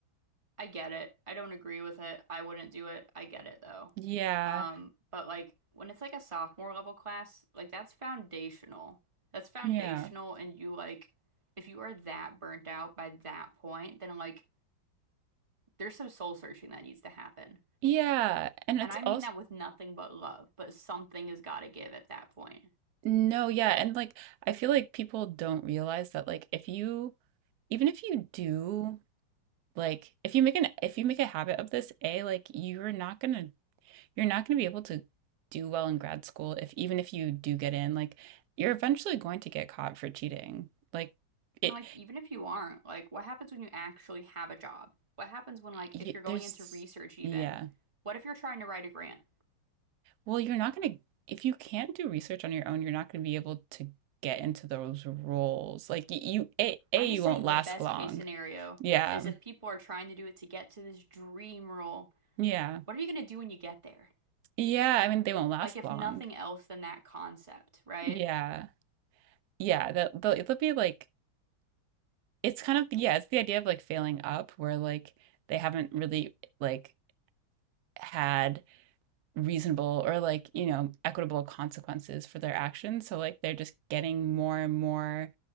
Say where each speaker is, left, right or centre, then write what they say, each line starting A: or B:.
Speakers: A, on the right; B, on the right.
A: I get it. I don't agree with it. I wouldn't do it. I get it though.
B: Yeah.
A: Um, but like when it's like a sophomore level class, like that's foundational. That's foundational
B: Yeah.
A: and you like if you are that burnt out by that point, then like there's some soul searching that needs to happen.
B: Yeah. And
A: And
B: it's
A: I mean
B: also
A: that with nothing but love, but something has got to give at that point.
B: no, yeah, and like I feel like people don't realize that like if you even if you do Like if you make an if you make a habit of this, A, like you're not gonna you're not gonna be able to do well in grad school if even if you do get in, like you're eventually going to get caught for cheating. Like it
A: And like even if you aren't, like what happens when you actually have a job? What happens when like
B: y
A: if you're going
B: there's
A: into research even?
B: yeah.
A: What if you're trying to write a grant?
B: Well, you're not gonna if you can't do research on your own, you're not gonna be able to get into those roles. Like y- you A, A
A: I'm
B: you
A: just
B: won't
A: saying
B: last
A: the best
B: long.
A: case scenario
B: Yeah.
A: is if people are trying to do it to get to this dream role,
B: Yeah.
A: what are you going to do when you get there?
B: Yeah, I mean they won't last
A: Like, if
B: long.
A: nothing else than that concept, right?
B: Yeah. Yeah, they'll, they'll it'll be like It's kind of yeah, it's the idea of like failing up where like they haven't really like had reasonable or like, you know, equitable consequences for their actions. So like they're just getting more and more